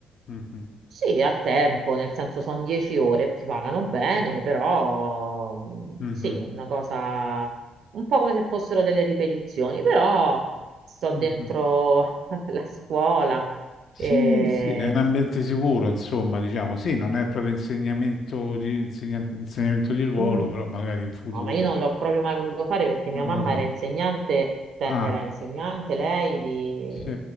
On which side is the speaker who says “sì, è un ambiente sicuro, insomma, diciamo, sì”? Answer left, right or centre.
Left